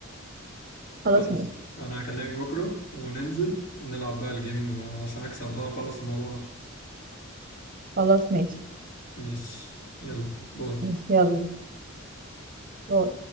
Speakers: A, on the left; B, on the right.
A: خلاص
B: خلاص ماشي
A: انا هكلمك بكره وننزل نلعب بقى الجيم عشان اكسب بقى واخلص الموضوع ده
B: خلاص ماشي
A: ماشي يلا باي
B: ماشي يلا باي.